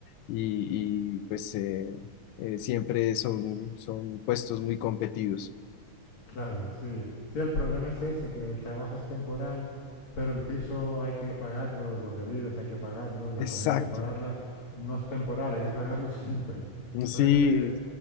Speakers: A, on the left (about 80°); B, on the left (about 65°).
A: y, y, pues eh, eh, siempre son, son puestos muy competidos.
B: Claro, sí. Sí, el problema es ese, que el trabajo es temporal, pero el piso hay que pagarlo, donde vives hay que pagarlo, y la
A: Exacto,
B: comida hay que pagarla. No es temporal, hay que pagarlo <laughs> siempre. Entonces
A: sí.
B: sí, e-